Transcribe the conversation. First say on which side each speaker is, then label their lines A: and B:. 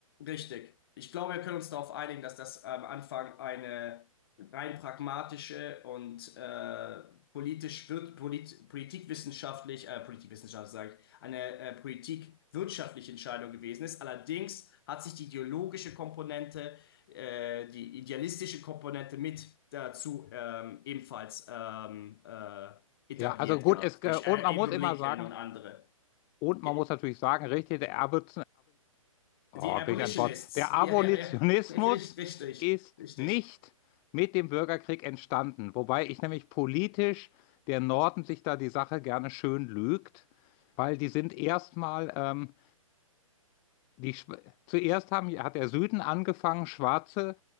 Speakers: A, on the left; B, on the left.
A: Richtig. Ich glaube, wir können uns darauf einigen, dass das am Anfang eine rein pragmatische und äh, politisch wird, polit, politikwissenschaftlich, äh, politikwissenschaftlich sage ich, eine äh, politikwirtschaftliche Entscheidung gewesen ist. Allerdings hat sich die ideologische Komponente, äh, die idealistische Komponente mit dazu ähm, ebenfalls ähm, äh, etabliert
B: Ja, also gut,
A: gehabt
B: es, äh,
A: durch äh,
B: und man
A: Abraham
B: muss immer
A: Lincoln
B: sagen,
A: und andere.
B: und man
A: Die
B: muss natürlich sagen, richtig, der Abel, Oh,
A: Die Abolitionists.
B: welch ein Wort. Der Abolitionismus
A: <laughs> Ja, ja, ja. <laughs> Richtig, richtig,
B: ist
A: richtig.
B: nicht mit dem Bürgerkrieg entstanden, wobei ich nämlich politisch der Norden sich da die Sache gerne schön lügt, weil die sind erstmal, ähm, die, Schw- zuerst haben, hat der Süden angefangen, Schwarze